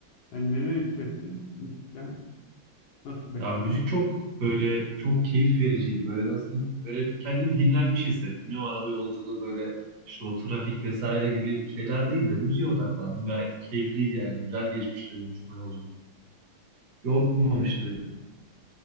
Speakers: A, on the left; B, on the right.
A: Yani neler hissettin müzikten? Nasıl beslendin?
B: Ya müzik çok böyle çok keyif vericiydi. Böyle nasıl diyeyim, böyle kendimi dinlenmiş hissettim. Ya o araba yolculuğu böyle işte o trafik vesaire gibi şeyler değil de müziğe odaklandım. Gayet keyifliydi yani. Güzel geçmişti benim için o yolculuk. Yormamıştı beni.